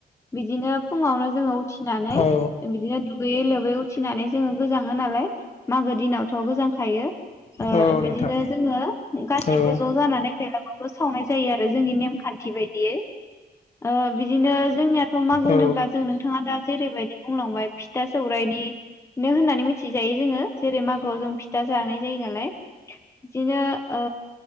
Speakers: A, on the left; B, on the left.
A: बिदिनो फुङावनो जोङो उथिनानै
B: औ
A: बिदिनो दुगैयै लोबै उथिनानै जोङो गोजाङो नालाय मागो दिनाव थ' गोजांखायो। ओ
B: औ
A: बिदिनो
B: नोंथां
A: जोङो गासैबो
B: औ
A: ज' जानानै बेलागुरफोरखौ सावनाय जायो आरो जोंनि नेमखान्थि बायदि। ए। ओ बिदिनो जोंनियाथ मागो
B: औ
A: होनोब्ला जों नोंथाङा दा जेरैबायदि बुंलांबाय फिथा सौरायाइनि नो होननानै मिथिजायो जोङो जेरै मागोआव जों फिथा जानाय जायो ना लाय बिदिनो ओ